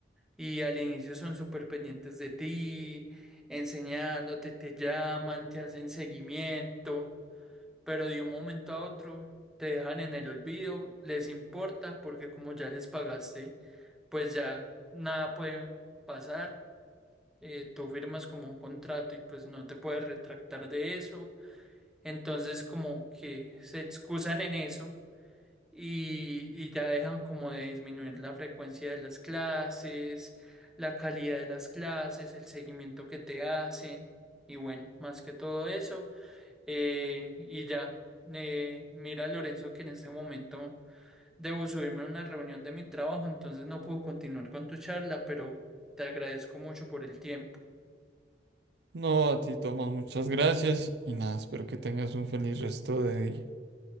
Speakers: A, in the centre; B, on the right.
A: y al inicio son súper pendientes de ti, enseñándote, te llaman, te hacen seguimiento. pero de un momento a otro te dejan en el olvido, les importa porque como ya les pagaste, pues ya nada puede pasar. eh, tú firmas como un contrato y pues no te puedes retractar de eso. Entonces como que se excusan en eso y, y ya dejan como de disminuir la frecuencia de las clases, la calidad de las clases, el seguimiento que te hacen y bueno, más que todo eso. Eh, y ya, eh, mira Lorenzo que en este momento debo subirme a una reunión de mi trabajo, entonces no puedo continuar con tu charla, pero te agradezco mucho por el tiempo.
B: No, a ti, Tomás, muchas gracias y nada, espero que tengas un feliz resto de día.